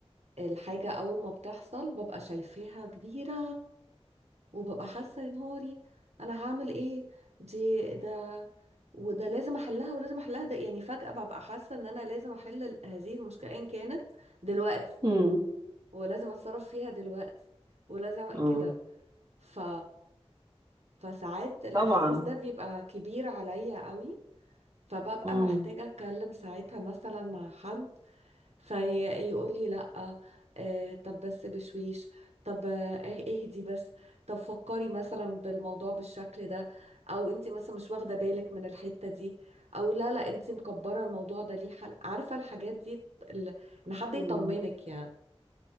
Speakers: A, on the right; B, on the right.
A: الحاجة أول ما بتحصل ببقى شايفاها كبيرة وببقى حاسة يا نهاري أنا هعمل إيه دي ده وده لازم أحلها ولازم أحلها ده يعني فجأة ببقى حاسة إن أنا لازم أحل ال- هذه المشكلة إن كانت دلوقتي
B: مم.
A: ولازم أتصرف فيها دلوقتي ولازم
B: مم.
A: كده ف فساعات الإحساس
B: طبعا
A: ده بيبقى كبير عليا قوي فببقى
B: امم
A: محتاجة أتكلم ساعتها مثلا مع حد فيقول لي لا آه طب بس بشويش طب آه ايه، اهدي بس طب فكري مثلا بالموضوع بالشكل ده او انت مثلا مش واخده بالك من الحته دي او لا لا انت مكبره الموضوع ده ليه حل عارفه الحاجات دي ال- ان حد
B: مم.
A: يطمنك يعني